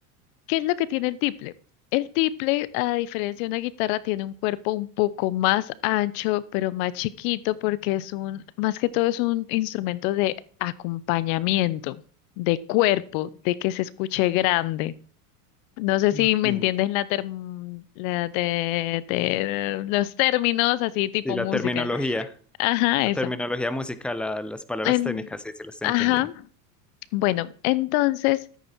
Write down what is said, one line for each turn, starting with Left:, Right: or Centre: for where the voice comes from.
Left: ¿Qué es lo que tiene el tiple? El tiple, a diferencia de una guitarra, tiene un cuerpo un poco más ancho, pero más chiquito, porque es un, más que todo es un instrumento de acompañamiento, de cuerpo, de que se escuche grande. No sé
Centre: entiendo.
Left: si me entiendes la term- la te- te- los términos así tipo
Centre: Sí, la
Left: música.
Centre: terminología,
Left: Ajá,
Centre: la
Left: eso.
Centre: terminología musical, la- las palabras
Left: En-
Centre: técnicas, sí, se las está
Left: ajá.
Centre: entendiendo.
Left: Bueno, entonces.